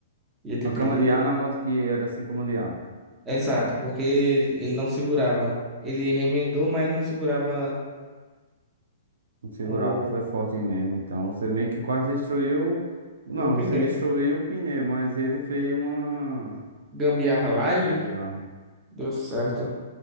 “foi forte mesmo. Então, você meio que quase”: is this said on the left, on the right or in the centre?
Right